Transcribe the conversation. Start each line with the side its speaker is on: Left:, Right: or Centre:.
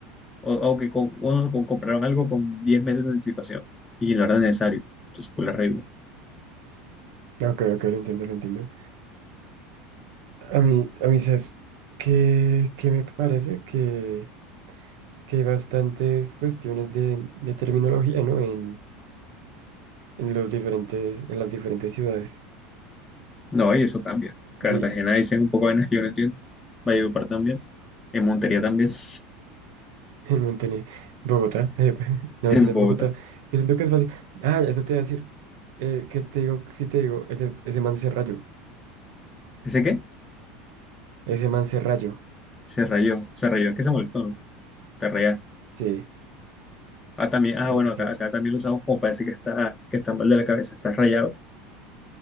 Left: o, o que co- o nos co- compraron algo con 10 meses de anticipación y no era necesario. Entonces, con la regla.
Right: Ok, ok, lo entiendo, lo entiendo. A mí, a mí, ¿sabes qué, qué me parece? Que, que hay bastantes cuestiones de, de terminología, ¿no? En, en los diferentes, en las diferentes ciudades.
Left: No, y eso cambia. Cartagena
Right: Y
Left: dicen un poco de vainas que yo no entiendo. Valledupar también. En Montería también. <laughs>
Right: en Montenegro, Bogotá, eh, <laughs> no
Left: En
Right: mentiras,
Left: Bogotá.
Right: Bogotá. Yo siento que es fácil. Ah, eso te iba a decir. Eh, que te digo, sí te digo, ese, ese man se rayó.
Left: ¿Ese qué?
Right: Ese man se rayó.
Left: Se rayó. Se rayó, es que se molestó, ¿no? Te rayaste.
Right: Sí,
Left: Ah, también, ah,
Right: sí,
Left: bueno,
Right: sí,
Left: acá,
Right: sí.
Left: acá también lo usamos como parece que está, que está mal de la cabeza, está rayado.